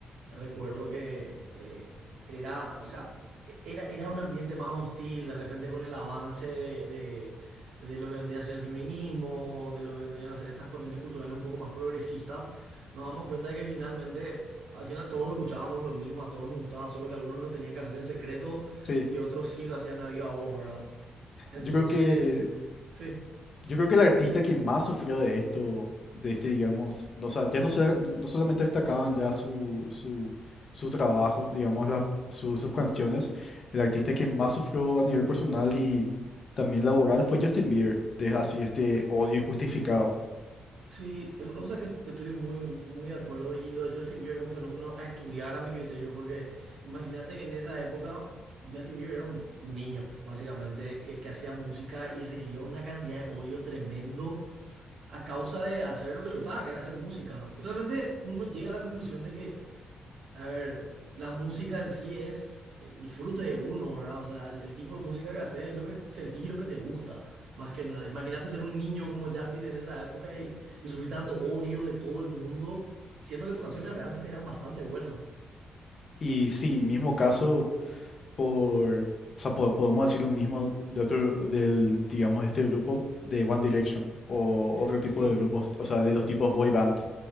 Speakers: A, on the right; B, on the left.
A: Recuerdo que eh, era, o sea, e- era, era un ambiente más hostil, de repente con el avance de, de- de lo que vendría a ser el feminismo, de lo que vendrían a ser estas corrientes culturales un poco más progresistas, nos damos cuenta de que finalmente, al final todos escuchábamos lo mismo, a todos nos gustaba, solo que algunos lo tenían que hacer en secreto
B: sí.
A: y otros sí lo hacían a viva voz, ¿verdad? Entonces,
B: Yo creo que
A: sí.
B: Yo creo que el artista que más sufrió de esto, de este, digamos, no, o sea, ya no, se- no- no solamente destacaban ya su, su, su trabajo, digamos, la- su- sus canciones, el artista que más sufrió a nivel personal y también laboral fue Justin Bieber, de así este odio injustificado.
A: Sí, o o sea que estoy muy, muy de acuerdo y lo de Justin Bieber es un fenómeno a estudiar a mi criterio, porque imagínate que en esa época Justin Bieber era un, un niño, básicamente, que, que hacía música y recibía una cantidad de odio tremendo a causa de hacer lo que le gustaba, que era hacer música. Finalmente uno llega a la conclusión de que a ver, la música en sí es eh, disfrute de uno, ¿verdad? O sea, el, el tipo de música que haces es lo que sentís y lo que te gusta, más que nada. Imagínate ser un niño como Justin en esa época y, y sufrir tanto odio de todo el mundo, siendo que tus canciones realmente eran bastante buenas.
B: Y sí, mismo caso por, o sea, po- podemos decir lo mismo de otro, del, digamos, este grupo de One Direction o otro
A: Sí,
B: tipo de grupos, o sea, de los tipos boy band.